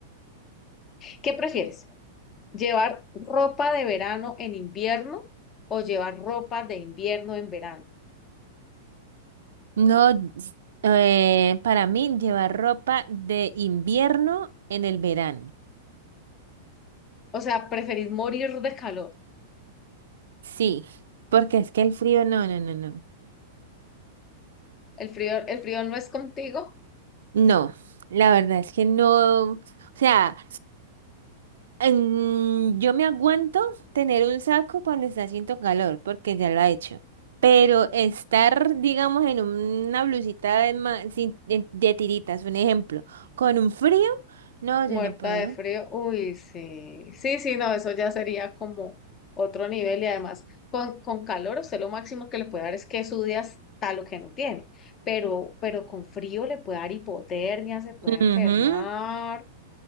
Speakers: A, on the left (about 30°); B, on the right (about 65°).
A: ¿Qué prefieres? ¿Llevar ropa de verano en invierno o llevar ropa de invierno en verano?
B: No, s- eh, para mí llevar ropa de invierno en el verano.
A: O sea, ¿preferís morir de calor?
B: Sí, porque es que el frío, no, no, no, no.
A: El frío, el frío no es contigo,
B: No, la verdad es que no. O sea, mm, yo me aguanto tener un saco cuando está haciendo calor, porque ya lo ha hecho. Pero estar, digamos, en una blusita de, ma- sin- de de tiritas, un ejemplo, con un frío, no,
A: muerta
B: yo no puedo.
A: de frío. Uy, sí. Sí, sí, no, eso ya sería como otro nivel y además con, con calor usted lo máximo que le puede dar es que sude hasta lo que no tiene, pero, pero con frío le puede dar hipotermia, se puede
B: Ujú.
A: enfermar.